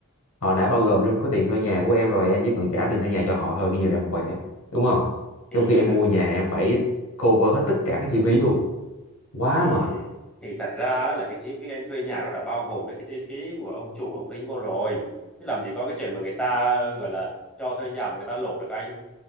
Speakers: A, on the left; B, in the centre.
A: họ đã bao gồm trong cái tiền thuê nhà của em rồi em chỉ cần trả tiền thuê nhà cho họ thôi coi như là em khỏe đúng không
B: thì
A: trong khi em
B: thật
A: mua nhà em phải cover hết tất cả các chi phí luôn quá
B: thì
A: mệt
B: thì thật ra là cái chi phí anh thuê nhà nó đã bao gồm mấy cái chi phí của ông chủ ông tính vô rồi chứ làm gì có cái chuyện mà người ta gọi là cho thuê nhà mà người ta lỗ được anh